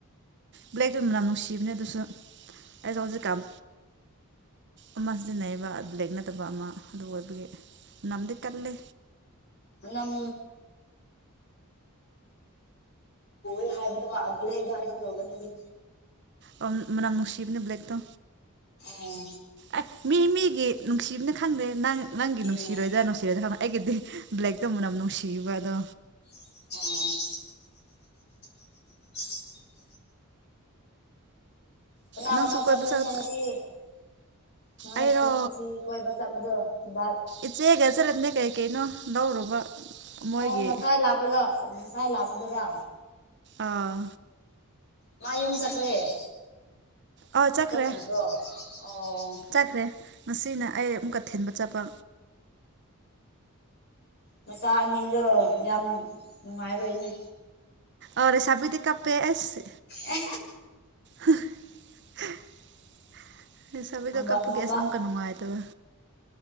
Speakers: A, on the right (about 55°); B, on the left (about 50°).
A: ꯕ꯭ꯂꯦꯛ ꯌꯕ ꯌꯥꯝ ꯅꯨꯡꯁꯤꯕꯅꯦ ꯑꯗꯨꯁꯨ ꯑꯩꯁꯨ ꯍꯧꯖꯤꯛꯀꯥꯟ ꯑꯃ ꯁꯤꯖꯤꯟꯅꯩꯑꯕ ꯕ꯭ꯂꯦꯛ ꯅꯠꯇꯕ ꯑꯃ ꯑꯗꯨ ꯑꯣꯏꯕꯒꯤ ꯅꯝꯗꯤ ꯀꯂ
B: ꯑꯝ ꯍꯥꯏꯔꯁꯨꯒꯅꯦ
A: ꯑꯣ ꯃꯅꯥꯁꯤꯕꯅꯦ ꯕ꯭ꯂꯦꯛꯛꯇ
B: ꯎꯝ
A: ꯑꯦ ꯃꯤ ꯃꯤꯒꯤ ꯅꯨꯡꯁꯤꯕꯅ ꯈꯪꯗꯦ ꯅꯪ ꯅꯪꯒꯤ ꯅꯨꯡꯁꯤꯔꯣꯏꯗ꯭ꯔꯥ
B: ꯎꯝ
A: ꯅꯨꯡꯁꯤꯔꯣꯏꯗ꯭ꯔꯥ ꯈꯪ ꯑꯩꯒꯤꯗꯤ ꯕ꯭ꯂꯦꯛꯛꯇꯕꯨꯅ ꯌꯥꯝ ꯅꯨꯡꯁꯤꯕ ꯑꯗꯣ
B: ꯑꯣ <inaudible> ꯑ ꯇꯒꯅ
A: ꯅꯪꯁꯨ
B: ꯆꯄꯅꯁꯤ
A: ꯀꯣꯏꯕ ꯆꯠ
B: ꯃꯣꯏꯁꯨ
A: ꯑꯩꯔꯣ
B: ꯉꯁꯤ ꯀꯣꯏꯕ ꯆꯕꯗ ꯔ
A: ꯏꯆꯦꯒ ꯆꯠꯂꯅꯦ ꯀꯩ ꯀꯩꯅꯣ ꯂꯧꯔꯨꯕ ꯃꯣꯏꯒꯤ
B: ꯑꯣ ꯉꯁꯥꯏ ꯂꯥꯛꯄꯗ ꯉꯁꯥꯏ ꯂꯥꯛꯄꯗꯔ
A: ꯑꯥ
B: ꯃꯥꯏꯌꯨꯝ ꯆꯀ꯭ꯔꯦꯠ
A: ꯑꯥ ꯆꯠꯈ꯭ꯔꯦ
B: ꯆꯠꯔꯤꯒꯣ ꯑꯣ
A: ꯆꯠꯈ꯭ꯔꯦ ꯉꯁꯤꯅ ꯑꯩ ꯑꯃꯨꯛꯀ ꯊꯤꯟꯕ ꯆꯠꯄ
B: ꯃꯆꯥ ꯑꯅꯤꯗꯣ ꯌꯥꯝ ꯅꯨꯡꯉꯥꯏꯔꯣꯏꯅꯦ
A: ꯑꯣꯔ ꯁꯕꯤꯗꯤ ꯀꯄꯦꯁ
B: ꯑ
A: <unintelligible> ꯍꯁꯕꯤꯗ
B: ꯃꯝꯕ
A: ꯀꯄ
B: ꯃꯝꯕ
A: ꯀꯦꯁꯃ ꯀꯅꯅꯨꯡꯇꯕ